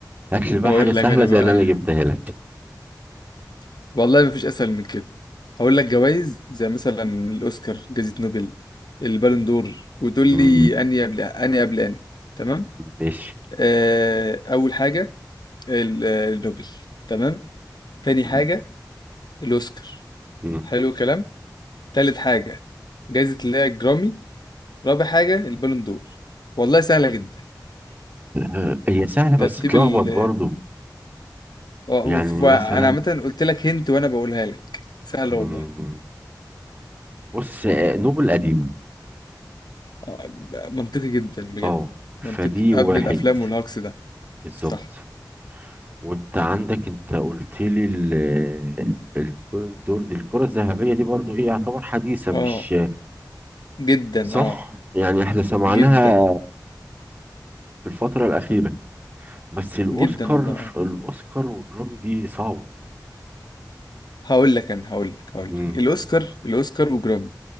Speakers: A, on the right; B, on the left.
A: هات لي بقى
B: بقول
A: حاجة سهلة
B: لك انا
A: زي
B: بقى
A: اللي أنا جبتها لك
B: <laughs> والله مفيش اسهل من كده هقول لك جوائز زي مثلا الاوسكار جائزة نوبل البالون دور وتقول
A: مم.
B: لي اني قبل اني قبل اني تمام
A: ماشي
B: آه اول حاجة ال- آه، النوبل تمام تاني
A: مم.
B: حاجة الاوسكار
A: مم.
B: حلو الكلام تالت حاجة جائزة اللي هي الجرامي رابع حاجة البالون دور والله سهلة جدا
A: آه، هي سهلة بس
B: ترتيب
A: تلخبط برضو
B: وانا
A: يعني مثلا
B: عامه قلت لك هنت وانا بقولها لك سهله
A: مم.
B: والله
A: بص آه، نوبل قديمة
B: آه، منطقي جدا بجد
A: اه فدي
B: منطقي قبل
A: واحد
B: الافلام والهجص ده
A: بالظبط
B: صح
A: وانت عندك انت قلت لي ال- البالون دور دي الكرة الذهبية دي برضو ايه يعتبر حديثة
B: اه
A: مش
B: جدا
A: صح
B: اه
A: يعني احنا سمعناها
B: جدا
A: في الفترة الأخيرة بس الأوسكار
B: جدا والله اه
A: الأوسكار والجرامي دي صعبة
B: هقول لك انا هقول لك هقول
A: مم.
B: لك الاوسكار الاوسكار وجرامي